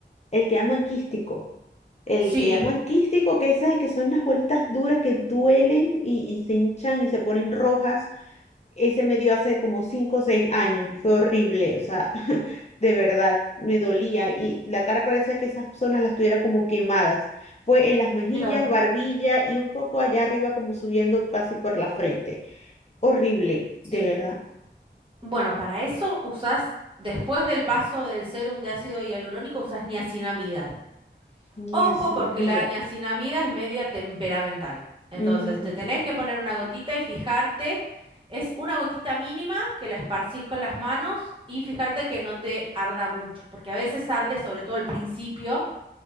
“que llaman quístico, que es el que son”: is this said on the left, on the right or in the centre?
Left